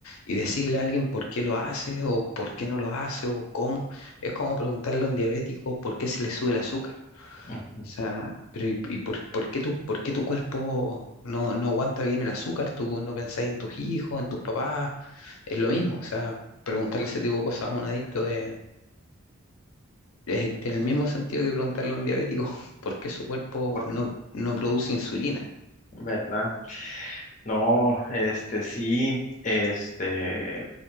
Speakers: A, on the left; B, on the left.
A: Y decirle a alguien por qué lo hace o por qué no lo hace o cómo, es como preguntarle a un diabético por qué se le sube el azúcar.
B: ujú,
A: O sea, pero ¿y, y por, por qué tu, por qué tu cuerpo no, no aguanta bien el azúcar? ¿Tú no pensás en tus hijos, en tus papás? Es lo mismo. O sea, preguntarle ese tipo de cosas a un adicto es, es- tiene el mismo sentido que preguntarle a un diabético <laughs> por qué su cuerpo
B: porque,
A: no,
B: sí,
A: no produce insulina.
B: ¿verdad? No, este sí, este